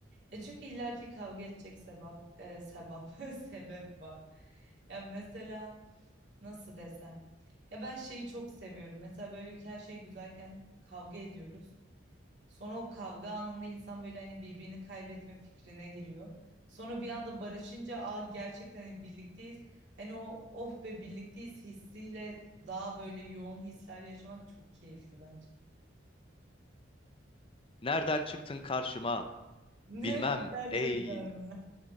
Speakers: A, on the right (about 65°); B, on the left (about 30°).
A: Ya çünkü illaki kavga edecek sebep, e, sebep, <laughs> sebep var. Ya mesela nasıl desem? Ya ben şeyi çok seviyorum. Mesela böyle ki her şey güzelken kavga ediyoruz. Sonra o kavga anında insan böyle hani birbirini kaybetme fikrine giriyor. Sonra bir anda barışınca Aa, gerçekten hani birlikteyiz. Hani o oh be birlikteyiz hissiyle daha böyle yoğun hisler yaşamak çok keyifli bence. <laughs>
B: Nereden çıktın karşıma?
A: Ne
B: Bilmem
A: gerçekten
B: ey
A: mi?